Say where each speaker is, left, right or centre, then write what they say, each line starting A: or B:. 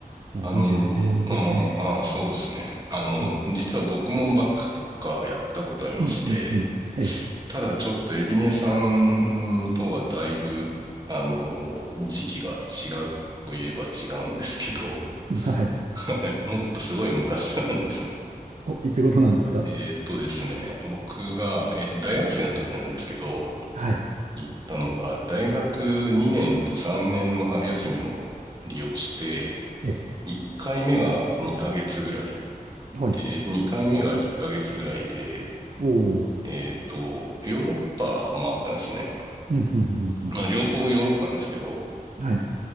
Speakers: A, on the right (about 50°); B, on the right (about 25°).
A: もう25年ですね。
B: あの、ああ、ああそうですね。あの、
A: うん、
B: 実は僕もバックパッカーやったことありまして、
A: うん、うん。うんえ
B: ただちょっとエビネさんとはだいぶ、あの、時期が違うといえば違うんですけど、
A: え、はい。
B: はい。もっとすごい昔なんですね。
A: お、いつ頃なんですか
B: えーっとですね、僕が、えーっと、大学生の時なんですけど、
A: はい。
B: 行ったのが、大学2年と3年の春休みを利用して、
A: ええ、
B: 1回目が2ヶ月ぐらい
A: はい。
B: で、2回目が1ヶ月ぐらいで、
A: おおー。
B: えっと、ヨーロッパ回ったんですね。
A: うん、うん、うんうん。
B: まあ、両方ヨーロッパなんですけど、
A: はい。